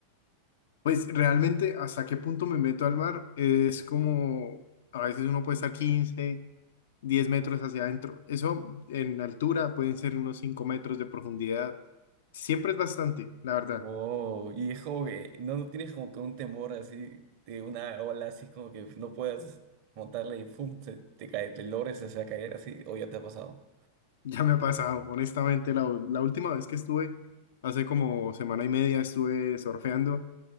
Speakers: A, on the left; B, on the right.
A: Pues realmente hasta qué punto me meto al mar es como a veces uno puede estar 15, 10 metros hacia adentro. Eso en altura pueden ser unos 5 metros de profundidad. Siempre es bastante, la verdad.
B: Wow,
A: <laughs>
B: y es como que no, no tienes como que un temor así de una ola así como que no puedas montarle y pum, se- te, cae, te logres hacer caer así, o ya te ha pasado.
A: Ya me ha pasado, honestamente, la, u- la última vez que estuve, hace como semana y media, estuve surfeando.